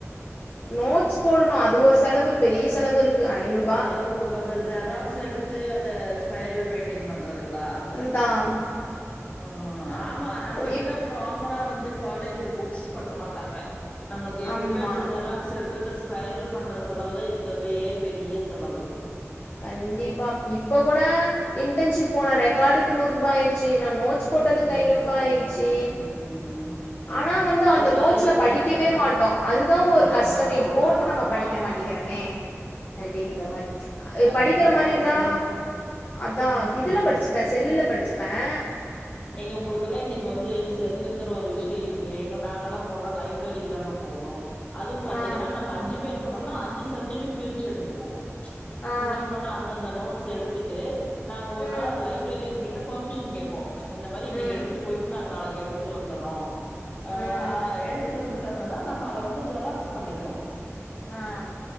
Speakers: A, on the left; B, on the left.
A: நோட்ஸ் போடுணு அது ஒரு செலவு பெரிய செலவுருக்கு ஐநூறு
B: அதாவுது ஒங்குளுக்கு அந்த ஜெராக்ஸ் எடுத்து அத ஸ்பைரல் பைண்டிங் பண்றதுங்ளா
A: தாம்
B: அ ஆமா நம்முளுக்குதா
A: இப்
B: ப்ராப்பரா வந்து காலேஜ்ல புக்ஸ் பண்ண மாட் டாங்க நம்முளுக்கு எப்பயுமே
A: ஆமா
B: அந்த ஜெராக்ஸ் எடுத்து இந்த ஸ்பைரல் பண்ற செலவு தா இருக்கிறதுலயே பெரிய செலவு
A: கண்டிப்பா இப்ப கூட இன்டன்ஷிப் போன ரெக்கார்டுக்கு நூரூபாயிரு ச்சி நா நோட்ஸ் போட்டதுக்கு
B: ம்
A: ஐநூரூபா ஆயிரிச்சி
B: ம்
A: ஆனா வந்து
B: அதாதா
A: அந்த நோட்ஸ்ல
B: இ
A: படிக்கவே
B: ஆ
A: மாட் ட்டோ அதுதா ஒரு கஷ்டமே
B: அது நம்ம தோட
A: போட்டு நம்ம
B: ஆமா
A: படிக்க
B: ஆமா
A: மாட்டிங்கிறமே அப்டின்ற மாரி
B: அது
A: படிக்கிற
B: என்னப்பா
A: மாரி இருந்தா
B: ஒண்ணு
A: அதான்
B: ம்
A: இதுல
B: ம்
A: படிச்சுப்பேன் செல்லுல படிச்சுப்பேன்
B: ஏங்க ஒங்குளுக்கல்லா இன்னக்கி வந்து செல்லுங்கற ஒரு விஷயோ இருக்கு எங்க நாங்கல்லா போனா லைப்ரரிக்கு தாங்க போணு அதுவு பாத்தீங்கனா
A: ஆ
B: நாங்க அஞ்சு பேர் போனோம்னா அஞ்சு சப்ஜெக்ட்டு பிரிச்சு எடுத்துப்போ
A: ஆ
B: முக்கியமான அந்தந்த நோட்ஸ் எடுத்துட்டு நாங்க ஒரு
A: ம்
B: நாள் அந்த லைப்ரரியன் கிட்ட பர்மிஷன் கேப்போ இந்த மாரி இன்னக்கி
A: ம்
B: எடுத்துட்டு போயிட்டு நாங்க நாளக்கி எடுத்துட்டு வந்தர்றோ அ
A: ம்
B: அ எடுத்துட்டு வந்து டாங்கன்னா நம்ம அத வந்து ஜெராக்ஸ் பண்ணிக்கணு
A: அஹ்